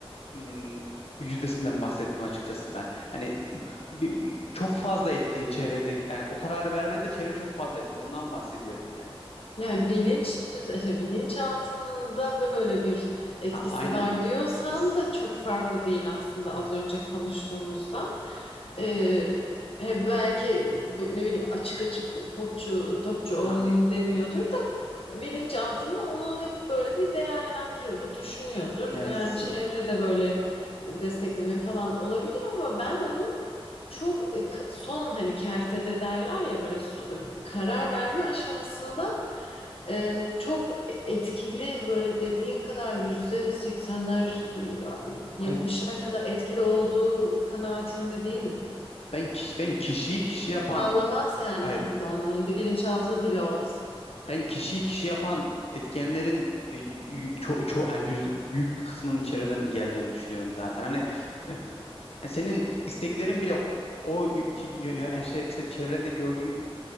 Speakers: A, on the left; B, on the left.
A: ım, yüzdesinden bahsettim açıkçası ben. Hani bi- bi- çok fazla etkili çevredeki yani o kararı vermen de çevre çok fazla etkili. Ondan bahsediyorum yani.
B: Yani bilinç düz, şey, bilinç altında böyle bir etkisi
A: Ha aynen.
B: var diyorsan
A: As-
B: da çok farklı değil aslında az önce konuştuğumuzdan. Ee, he, belki bö- ne bileyim açık açık popçu topçu olmayayım
A: Ha,
B: demiyordur da bilinç altında onu hep böyle bir değerlendiriyordur, düşünüyordur.
A: yaz.
B: Yani çevrede böyle destekleme falan olabilir ama ben onu çok e, ka- son hani kertede derler ya böyle so- e, karar verme aşamasında e, çok e, etkili böyle dediğin kadar yüzde seksenler e, yetmişler
A: Ay
B: kadar etkili olduğu kanaatinde değilim.
A: ben kişi, ben kişiyi kişi yapan
B: Sallamaz yani
A: ay,
B: kimse onu bilinçaltı bile olsa.
A: ben kişiyi kişi yapan etkenlerin e, y- ço, ço, yani yüzde- büyük bir kısmının çevreden geldiğini düşünüyorum zaten. Hani e, yani senin isteklerin bile o o y- iki- y- y- yani şey, işte çevrende gördüğün